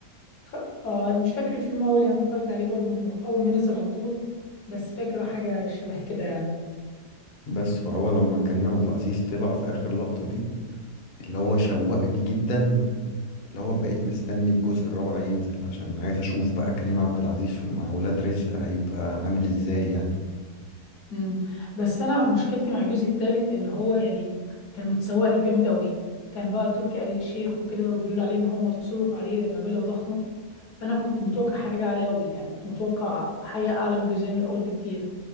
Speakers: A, on the left; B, on the left.
A: خ... آه مش فاكر الفيلم أوي لأن أنا اتفرجت عليه برضو أول ما نزل على طول بس فاكره حاجة شبه كده يعني
B: بس فهو لما كريم عبد العزيز طلع في آخر لقطة دي اللي هو شوقني جدا اللي هو بقيت مستني الجزء الرابع ينزل عشان عايز اشوف بقى كريم عبد العزيز مع ولاد رزق هيبقى عامل ازاي يعني
A: مم. بس أنا مشكلتي مع الجزء التالت إن هو يعني كان متسوق له جامد أوي كان بقى تركي آل الشيخ وكده وبيقول عليه إن هو مصروف عليه مبالغ ضخمة فأنا كنت متوقع حاجة عالية أوي يعني كنت متوقع حاجة أعلى من الجزئين الأول بكتير